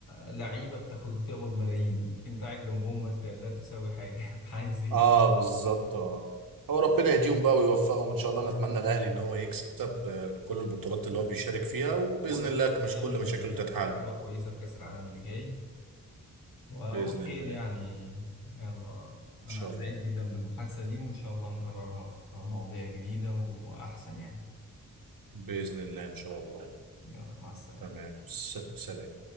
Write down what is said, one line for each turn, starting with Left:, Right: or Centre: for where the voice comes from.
Left: لعيبه بتاخد بتقبض ملايين انت قاعد جنبهم ما انت لا تساوي حاجه <laughs> فعايز ايه
Right: اه بالظبط اه هو ربنا يهديهم بقى ويوفقهم ان شاء الله نتمنى الاهلي ان هو يكسب آه، كل البطولات اللي هو بيشارك فيها وباذن
Left: هو ان
Right: الله
Left: شاء الله
Right: مش
Left: يعمل
Right: كل مشاكله تتحل
Left: بطوله كويسه في كاس العالم اللي جاي و-
Right: باذن
Left: وخير
Right: الله
Left: يعني يلا
Right: ان
Left: انا
Right: شاء
Left: سعيد
Right: الله
Left: جدا بالمحادثه دي وان شاء الله نكررها في مواضيع جديده واحسن يعني
Right: باذن الله ان شاء الله
Left: يلا مع السلامه
Right: تمام س- سلام